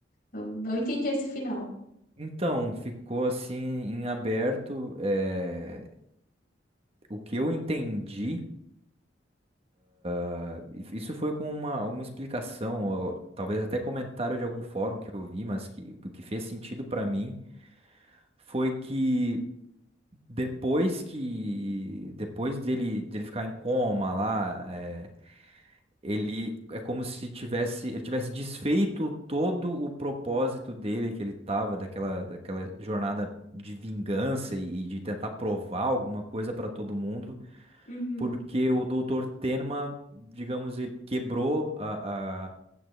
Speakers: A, on the left; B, on the right.
A: Eu não entendi esse final.
B: Então, ficou assim em aberto. eh, O que eu entendi, ah, isso foi com uma, uma explicação, ou talvez até comentário de algum fórum que eu vi, mas que, o que fez sentido pra mim foi que. Depois que, depois dele, dele ficar em coma lá, é, ele é como se tivesse, ele tivesse desfeito todo o propósito dele que ele tava, daquela, daquela jornada de vingança e, e de tentar provar alguma coisa para todo mundo,
A: Uhum,
B: porque o doutor Tenma, digamos, ele quebrou a, a-